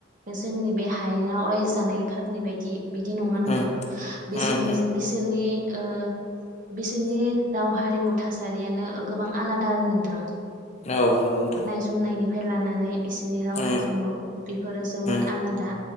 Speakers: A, on the right; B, on the left.
A: जोंनि बे हायेनाव रायजो जानायफोरनि बायदि बिदि नङा नोंथां
B: उम
A: बिसोरनि
B: उम उम
A: बिसोरनि ओ बिसोरनि राव हारिमु थासारियानो गोबां आलादा आरो नोंथां
B: औ नंगौ नोंथां
A: जुमनायनिफ्राय लानानै बिसोरनि
B: उम
A: राव हारिमु बेफोरो जोबोर
B: उम
A: आलादा